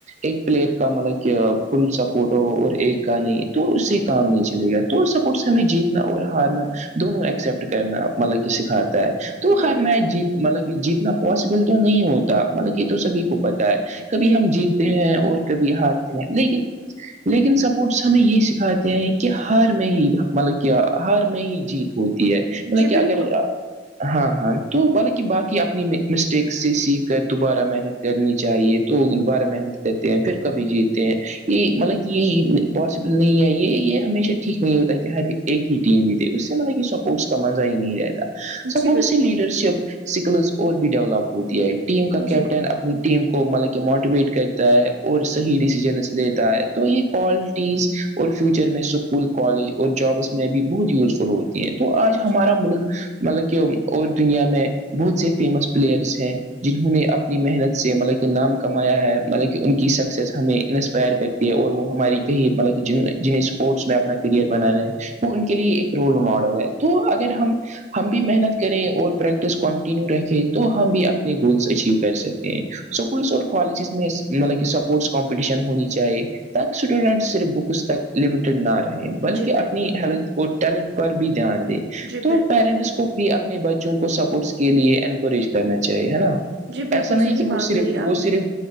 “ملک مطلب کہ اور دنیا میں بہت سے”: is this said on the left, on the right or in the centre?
Right